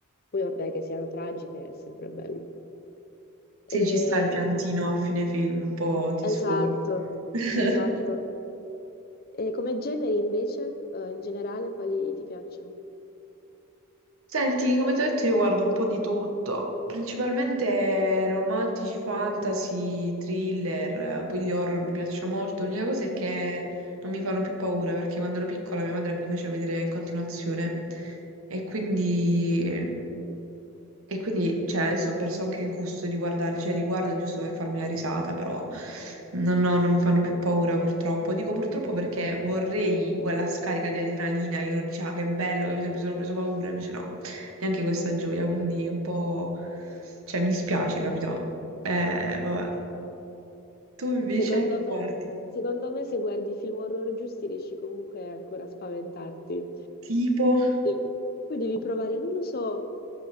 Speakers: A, on the left; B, on the right.
A: Poi vabbè, che siano tragiche è sempre bello.
B: Se
A: E-
B: ci sta il piantino a fine film, un po' ti sfoghi.
A: Esatto,
B: <laughs>
A: esatto. E come generi invece, eh, in generale, quali ti piacciono?
B: Senti, come ti ho detto, io guardo un po' di tutto, principalmente romantici, fantasy, thriller, eh, poi gli horror mi piacciono molto. L'unica cosa è che non mi fanno più paura perché quando ero piccola mia madre me li faceva vedere in continuazione e quindi e quindi, cioè, adesso ho perso anche il gusto di guardarli, cioè li guardo giusto per farmi la risata, però no, no, non mi fanno più paura purtroppo. Dico purtroppo perché vorrei quella scarica di adrenalina che uno dice, ah, che bello, capito, mi sono preso paura, invece no, neanche questa gioia, quindi un po', cioè, mi dispiace, capito? Eh, vabbè. Tu invece
A: Secondo
B: che
A: me,
B: guardi,
A: secondo me se guardi i film horror giusti riesci comunque ancora a spaventarti.
B: tipo...
A: Poi, poi devi provare, non lo so,